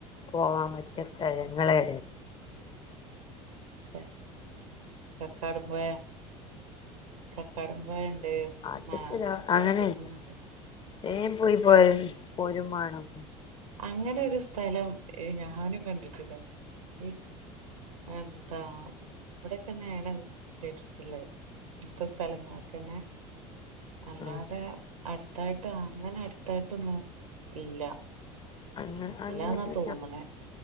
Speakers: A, on the left; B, on the right.
A: പോകാൻ പറ്റിയ സ്ഥലങ്ങളെ
B: പെ കക്കാടം പുയ കക്കാടുംമ്പുഴയ ണ്ട്
A: അതിപ്പോ
B: ആഹ് കോട്ടക്കുന്നുണ്ട്
A: അങ്ങനെയല്ല വേം പോയി പോ പോരും വേണം
B: അങ്ങനെ ഒരു സ്ഥലം ഏഹ് ഞാനും കണ്ടിട്ടില്ല ഈ എന്താ ഇവിടൊക്കെന്നേണം കേട്ടിട്ടുള്ളത് ഇപ്പോ സ്ഥലങ്ങളൊക്കെന്നെ അല്ലാതെ
A: ആഹ്
B: അടു അടുത്തായിട്ട് അങ്ങനെ അടുത്തായിട്ടൊന്നും ഇല്ല
A: അങ്ങനെ
B: ഇല്ലാന്നാ
A: അങ്ങനെ
B: തോന്നണെ